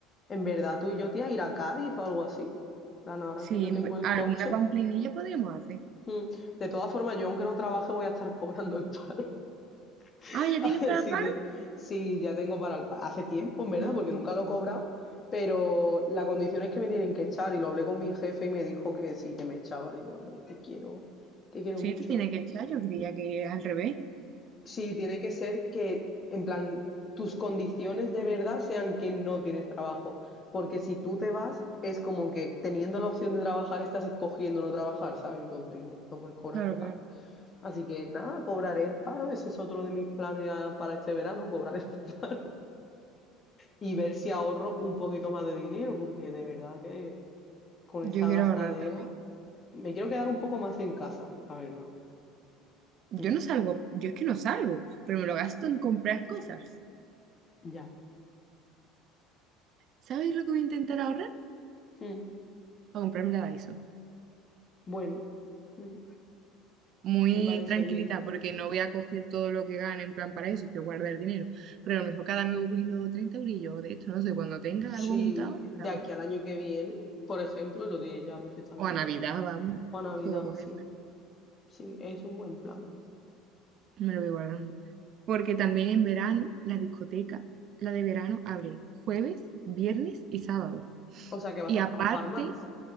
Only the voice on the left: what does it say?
en verdad tú y yo, tía, ir a Cádiz o algo así. En plan, ahora
que yo
tengo
el
coche.
mm, De todas formas, yo aunque no trabaje voy a estar cobrando el paro. <laughs>
Así
que sí, ya tengo para el paro. Hace tiempo, en verdad,
porque
nunca
lo he cobrado. Pero la condición es que me tienen que echar. Y lo hablé con mi jefe y me dijo que sí, que me echaba. Digo, vale, te quiero, te quiero
mucho.
Sí, tiene que ser que, en plan, tus condiciones de verdad sean que no tienes trabajo. Porque si tú te vas, es como que teniendo la opción de trabajar, estás escogiendo no trabajar, ¿sabes? Entonces no, no puedes cobrar
el paro.
Así que nada, cobraré el paro. Ese es otro de mis planes ah, para este verano, cobrar el- <laughs> y ver si ahorro un poquito más de dinero, porque de verdad que con
esta
gastadera
me quiero quedar un poco más en casa, la verdad.
Mm,
ya.
Mm,
bueno, mm,
me parece
bien.
Sí,
de
aquí
al año que viene, por ejemplo, lo diré ya perfectamente.
O a Navidad,
sí, sí, es un buen plan.
O sea que vas
a
trabajar más.